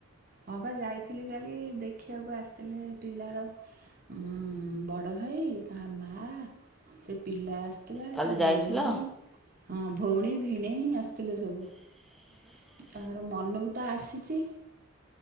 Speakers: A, on the right; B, in the centre.
A: ହଁ ପା ଯାଇଥିଲି କାଲି ଦେଖିବାକୁ ଆସିଥିଲେ ପିଲାର ଉଁ ବଡ ଭାଇ ତା ମା ସେ ପିଲା ଆସ ଆତିଲା
B: କାଲି
A: ତା
B: ଯାଇଥିଲ
A: ଭଉଣୀ ହଁ ଭଉଣୀ ଭିଣେଇ ଆସିଥିଲେ ସବୁ।
B: ହ <inaudible>
A: ତାଙ୍କର ମନକୁ ତ ଆସିଛି।